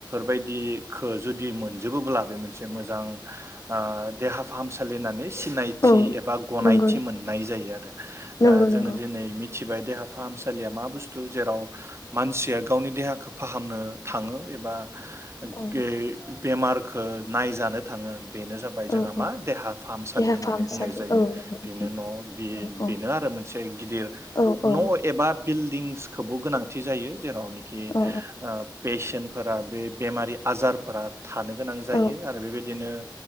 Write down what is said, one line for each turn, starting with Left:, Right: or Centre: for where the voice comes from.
Right: बायदिखो जुदि मोनजोबोब्ला बे मोनसे मोजां ओ फाहामसालि होननानै सिनायथि
Left: औ
Right: एबा गनायथि
Left: नंगौ
Right: मोननाय जायो आरो
Left: नंगौ
Right: दा जोङो
Left: नंगौ
Right: दिनै मि मिथिबाय देहा फाहामसालिया मा बुस्थु जेराव मानसिया गावनि देहाखौ फाहामनो थाङो एब बा
Left: औ
Right: गे बेमार खो नायजानो थाङो बेनो जाबाय जोंहा
Left: औ औ
Right: मा देहा फाहामसालि
Left: देहा
Right: होननानै
Left: फाहामसालि
Right: बुंनाय जायो
Left: औ नंगौ नोंथां
Right: बेनो न' बे
Left: औ
Right: बेनो आरो मोनसे गिदिर
Left: औ औ
Right: न' एबा बिल दिंसखौबो गोनांथि जायो जेरावनोखि
Left: औ
Right: ओ पेसेन्ट फोरा बे बेमारि आजारफोरा थानो गोनां जायो
Left: औ
Right: आरो बेबायदिनो